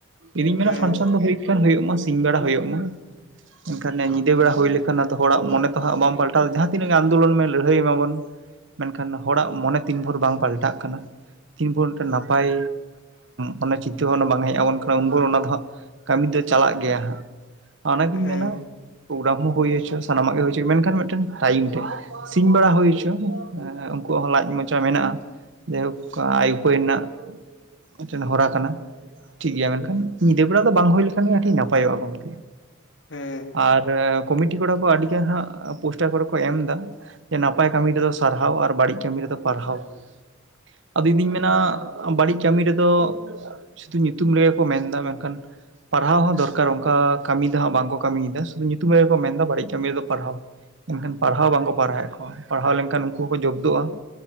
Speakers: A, on the right; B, on the left.
A: ᱤᱧ ᱫᱩᱧ ᱢᱮᱱᱟ
B: ᱦᱮᱸ
A: ᱯᱷᱟᱱᱥᱚᱱ ᱫᱚ ᱦᱳᱭᱳᱜ ᱢᱟ ᱥᱤᱧ ᱵᱮᱲᱟ ᱦᱳᱭᱳᱜ ᱢᱟ ᱾ ᱢᱮᱱᱱᱠᱷᱟᱱ ᱧᱤᱫᱟᱹ ᱵᱮᱲᱟ ᱦᱩᱭ ᱞᱮᱠᱷᱟᱱ ᱦᱚᱲᱟᱜ ᱢᱚᱱᱮ ᱛᱚᱦᱟᱸᱜ ᱵᱟᱢ ᱯᱟᱞᱴᱟᱣᱫᱟ ᱡᱟᱦᱟᱸ ᱛᱤᱱᱟᱹᱜ ᱜᱮ ᱟᱱᱫᱳᱞᱚᱱ ᱢᱮ ᱞᱟᱹᱲᱦᱟᱹᱭ ᱢᱟᱵᱚᱱ᱾ ᱢᱮᱱᱠᱷᱟᱱ ᱦᱚᱲᱟᱜ ᱢᱚᱱᱮ ᱛᱤᱱ ᱵᱷᱳᱨ ᱵᱟᱝ ᱯᱟᱞᱴᱟᱜ ᱠᱟᱱᱟ᱾ ᱫᱤᱱ ᱵᱷᱳ ᱢᱤᱫᱴᱮᱱ ᱱᱟᱯᱟᱭ ᱢᱟᱱᱮ ᱪᱤᱱᱛᱟᱹ ᱵᱷᱟᱱᱟ ᱵᱟᱝ ᱦᱮᱡ ᱟᱵᱚᱱ ᱠᱟᱱᱟ ᱩᱱ ᱵᱷᱳ ᱚᱱᱟ ᱫᱚ ᱦᱟᱸᱜ ᱠᱟᱹᱢᱤ ᱫᱚ ᱪᱟᱞᱟᱜ ᱜᱮᱭᱟ ᱦᱟᱸᱜ ᱚᱱᱟᱜᱤᱧ
B: ᱦᱮᱸ
A: ᱢᱮᱱᱟ᱾ ᱯᱨᱳᱜᱨᱟᱢ ᱦᱚᱸ ᱦᱩᱭᱳ ᱦᱚᱪᱚ ᱥᱟᱱᱟᱢᱟᱜ ᱜᱮ ᱦᱩᱭᱪᱚᱼᱟ ᱢᱮᱱᱠᱷᱟᱱ ᱢᱤᱫᱴᱮᱱ ᱴᱟᱭᱤᱢ ᱨᱮ ᱾ ᱥᱤᱧ ᱵᱟᱲᱟ ᱦᱩᱭ ᱦᱚᱪᱚ ᱩᱱᱠᱩᱣᱟᱜ ᱦᱚᱸ ᱞᱟᱡ ᱢᱚᱪᱟ ᱢᱮᱱᱟᱜᱼᱟ ᱡᱟᱭᱦᱳᱠ ᱾ ᱠᱟ ᱟᱭ ᱩᱯᱟᱹᱭ ᱨᱮᱱᱟᱜ ᱢᱤᱫᱴᱮᱱ ᱦᱚᱨᱟ ᱠᱟᱱᱟ ᱴᱷᱤᱠ ᱜᱮᱭᱟ ᱢᱮᱱᱠᱷᱟᱱ ᱧᱤᱫᱟᱹ ᱵᱮᱲᱟ ᱫᱚ ᱵᱟᱝ ᱦᱩᱭ ᱞᱮᱠᱷᱟᱱ ᱜᱮ ᱟᱹᱰᱤ ᱱᱟᱯᱟᱭᱚᱜᱼᱟ ᱜᱚᱝᱠᱮ᱾
B: ᱦᱮᱸ
A: ᱟᱨ ᱠᱚᱢᱤᱴᱤ ᱠᱚᱲᱟ ᱠᱚ ᱟᱹᱰᱤᱜᱟᱱ ᱦᱟᱸᱜ ᱯᱳᱥᱴᱟᱨ ᱠᱚᱨᱮ ᱠᱚ ᱮᱢ ᱮᱫᱟ ᱾ ᱡᱮ ᱱᱟᱯᱟᱭ ᱠᱟᱹᱢᱤ ᱨᱮᱫᱚ ᱥᱟᱨᱦᱟᱣ ᱟᱨ ᱵᱟᱹᱲᱤᱡ ᱠᱟᱹᱢᱤ ᱨᱮᱫᱚ ᱯᱟᱨᱦᱟᱣ ᱾ ᱟᱫᱚ ᱤᱧ ᱫᱩᱧ ᱢᱮᱱᱟ ᱵᱟᱹᱲᱤᱡ ᱠᱟᱹᱢᱤ ᱨᱮᱫᱚ ᱥᱩᱫᱩ ᱧᱩᱛᱩᱢ ᱨᱮᱜᱮ ᱠᱚ ᱢᱮᱱ ᱮᱫᱟ ᱢᱮᱱᱠᱷᱟᱱ ᱾ ᱯᱟᱲᱦᱟᱣ ᱦᱚᱸ ᱫᱚᱨᱠᱟᱨ ᱚᱱᱠᱟ ᱠᱟᱹᱢᱤ ᱫᱚ ᱦᱟᱸᱜ ᱵᱟᱝᱠᱚ ᱠᱟᱹᱢᱤᱭᱮᱫᱟ ᱥᱩᱫᱩ ᱧᱩᱛᱩᱢ ᱨᱮᱠᱚ ᱢᱮᱱᱫᱟ ᱵᱟᱹᱲᱤᱡ ᱠᱟᱹᱢᱤ ᱨᱮᱫᱚ ᱯᱟᱨᱦᱟᱣ ᱾ ᱢᱮᱱᱠᱷᱟᱱ ᱯᱟᱲᱦᱟᱣ ᱵᱟᱝᱠᱚ ᱯᱟᱲᱦᱟᱣᱮᱫ ᱠᱚᱣᱟ ᱯᱟᱲᱦᱟᱣ ᱞᱮᱱᱠᱷᱟᱱ ᱩᱱᱠᱩ ᱦᱚᱸᱠᱚ ᱡᱚᱵᱫᱚᱜᱼᱟ ᱾